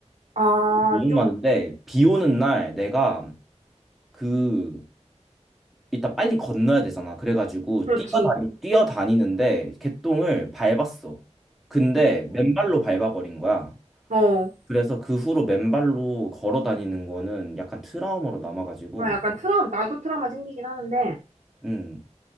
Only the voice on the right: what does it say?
아,
좀,
그렇지.
어, 어.
아, 약간 트라우마, 나도 트라우마 생기긴 하는데.